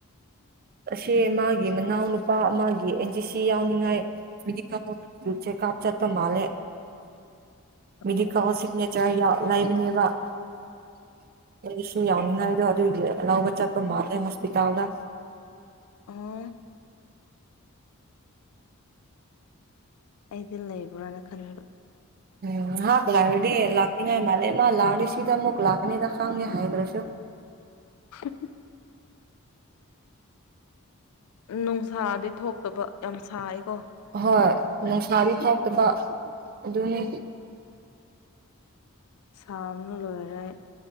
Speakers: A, on the right (about 40°); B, on the left (about 80°).
A: ꯑꯁꯦ ꯃꯥꯒꯤ ꯃꯅꯥꯎꯅꯨꯄꯥ ꯃꯥ ꯑꯦꯟꯖꯤ ꯁꯤ ꯌꯥꯎꯅꯤꯡꯉꯥꯏ__ ꯃꯤꯗꯤ ꯀꯦ ꯀꯥꯞ ꯆꯠꯇ ꯃꯥꯂꯦ ꯃꯤꯗꯤ
B: ꯎꯝ
A: ꯀ ꯁꯤꯒꯅꯦꯆꯔ ꯂꯕꯅꯦꯕꯁꯨ ꯌꯥꯎ ꯑꯥꯏ ꯂꯕ ꯆꯄ ꯃꯥꯔꯦ ꯍꯣꯁꯄꯤꯇꯥꯜꯗ
B: ꯑ ꯑꯩꯗꯤ ꯂꯩꯕ꯭ꯔꯥꯅ ꯈꯟꯕ
A: ꯎꯝ ꯍꯥꯥꯛ ꯀ ꯂꯒ ꯂꯥꯛꯀꯅꯤꯉ ꯃꯥꯂꯦ ꯃꯥ ꯂꯥꯡ ꯁꯤꯗ ꯃꯨꯛ ꯂꯥꯛ__ ꯑꯗ ꯈꯥꯎꯅꯤꯦ ꯍꯥꯏꯗ꯭ꯔꯁꯨ꯫
B: <unintelligible> ꯅꯨꯡꯁꯥꯗꯤ ꯊꯣꯛꯇꯕ ꯌꯥꯝ ꯁꯥꯏꯀꯣ꯫
A: ꯍꯣꯏ ꯅꯨꯡꯁꯥꯗꯤ ꯐꯥꯎꯇꯕ ꯑꯗꯨꯅꯤ
B: ꯁꯥꯕꯅ ꯂꯣꯏꯔꯦ